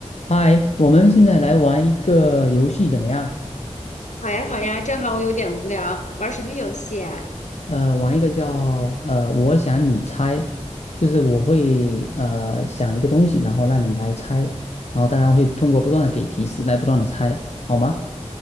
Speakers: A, on the left; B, on the left.
A: 嗨，我们现在来玩一个游戏怎么样？
B: 好呀，好呀，正好我有点无聊，玩什么游戏啊？
A: 呃，玩一个叫呃，我想你猜，就是我会呃想一个东西，然后让你来猜，然后大家会通过不断的给提示来不断的猜，好吗？